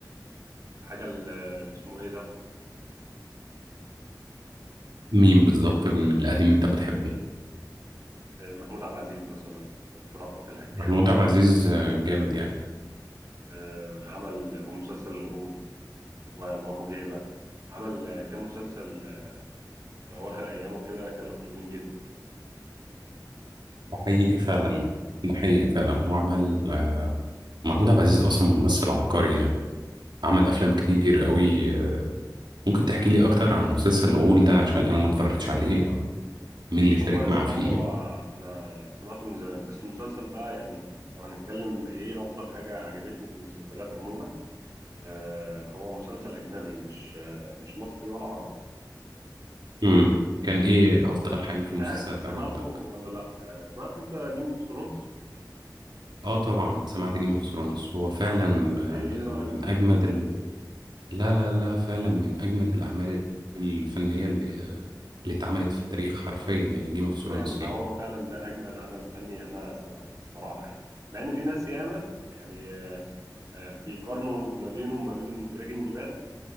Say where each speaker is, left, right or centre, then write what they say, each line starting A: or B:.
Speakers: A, on the right (about 45°); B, on the right (about 85°).
A: حاجة ال- اللي اسمه إيه ده
B: مين بالظبط من القديم انت بتحبه
A: آه، محمود عبد العزيز مثلا في رأفت الهجان
B: محمود عبد العزيز آه، جامد يعني
A: آه، عمل ومسلسل الغول و- وأبو هيبة عمل آه، كام مسلسل آه، في أواخر أيامه كده كانوا حلوين جدا
B: ده حقيقي فعلا ده حقيقي فعلا هو عمل آه، محمود عبد العزيز اصلا ممثل عبقري يعني عمل
A: أيوه
B: افلام كتير
A: أيوه.
B: قوي آه، ممكن تحكي لي اكتر عن مسلسل الغول ده عشان انا ما اتفرجتش عليه او مين
A: بص
B: اللي شارك
A: والله الصراحة
B: معاه فيه
A: هو أنا سمعته من زمان بس المسلسل بقى يعني لو هنتكلم إيه أفضل حاجة عجبتني في المسلسلات عموما آه هو مسلسل أجنبي مش آه مش مصري ولا عربي
B: امم كان ايه افضل حاجه في
A: مش
B: المسلسلات
A: عارف أنت سمعته
B: عجبتك
A: ولا لأ آه سمعت أنت جيم أوف ثرونز
B: اه طبعا سمعت جيم اوف ثرونز هو فعلا
A: إيه
B: آه، من
A: إيه رأيك
B: من
A: في المسلسل
B: اجمد
A: ده؟
B: لا لا لا فعلا من أجمد الأعمال الفنية اللي اللي اتعملت في التاريخ حرفيا يعني جيم اوف
A: حرفيا
B: ثرونز
A: ده
B: يعني
A: هو فعلا ده أجمد عمل فني أنا سمعته الصراحة يعني مع إن في ناس ياما يعني آه بيقارنوا ما بينه وما بين بريكنج باد